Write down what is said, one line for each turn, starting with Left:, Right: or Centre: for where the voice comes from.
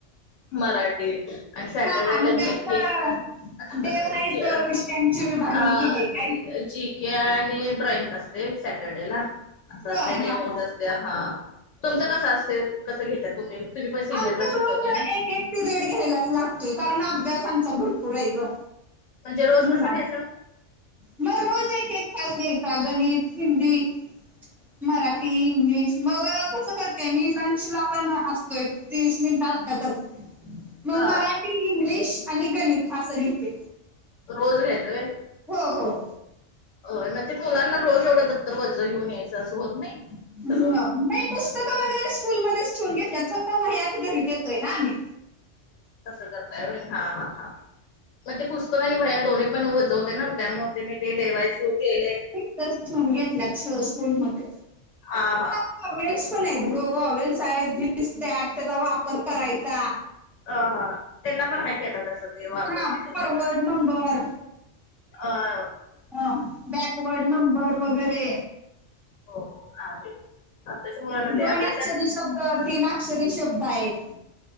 Left: मराठी आणि स्याटरडे
Centre: हा हा म्हणजे
Left: ला जी
Centre: असं
Left: के <unintelligible>
Centre: डे वाईज विषयांची विभागणी केली काय
Left: जी केे आणि ड्रॉइंग असते सॅटरडे ला. असं
Centre: होय
Left: असत डे
Centre: हा
Left: वाईज
Centre: हा
Left: असते हा तुमचं कस असल कस घेतय तुम्ही तुम्ही पण सिनियर
Centre: आमचं
Left: ला शिकवताय
Centre: रोज
Left: ना,
Centre: एक एक पिरियड घ्यायलाच लागतोय कारण अभ्यास आमचा भरपूर आहे ग.
Left: म्हणजे रोज
Centre: मुलांचा
Left: कसं घ्यायचं.
Centre: मग रोज एक एक तास घ्यायचा गणित, हिंदी, मराठी, इंग्लिश, मग कस करते मी लंच ला पण अस त एक तीस मिनिट असतातच. मग
Left: हा
Centre: मराठी इंग्लिश आणि गणित असं घेते.
Left: रोज घ्यायच व्हयं.
Centre: हो हो.
Left: हो मग ते मुलांना रोज एवढ् दप्तर वज घेऊन यायच अस होत नाही.
Centre: <unintelligible>
Left: सगळं
Centre: नाही पुस्तकं वगैरे स्कूलमध्येच ठेवून घेतल्यात फक्त वह्या च घरी देतोय ना आम्ही
Left: तसं करताय व्हयं हा हा हा मग ते पुस्तक आणि वह्या दोन्ही पण वज होत ना त्यामुळे ते मी ते देवाय सुरू केले.
Centre: ठेवन घेतल्यात श स्कूल मध्ये
Left: हा हा.
Centre: वोवेल्स पण आहेत ग वोवेल्स आहे दीस दॅट त्याचा वापर करायचा.
Left: अ ह त्यांना पण हाये की तस ते वापर
Centre: हा
Left: ते
Centre: फॉरवर्ड
Left: करायच.
Centre: नंबर
Left: ह
Centre: ह बॅकवर्ड नंबर वगैरे
Left: हो हो आहे आताच्या मुलांना
Centre: दोन
Left: लई अभ्यासात
Centre: अक्षरी शब्द तीन अक्षरी शब्द आहेत.